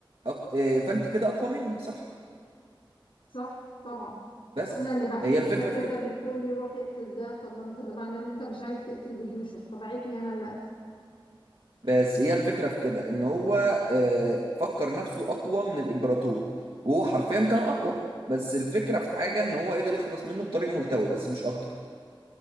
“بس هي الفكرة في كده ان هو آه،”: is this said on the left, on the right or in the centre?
Right